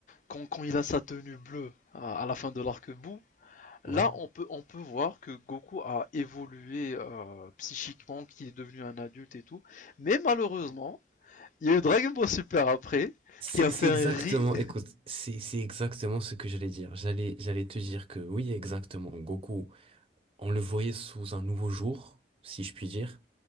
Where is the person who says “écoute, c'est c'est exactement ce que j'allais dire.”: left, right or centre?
Right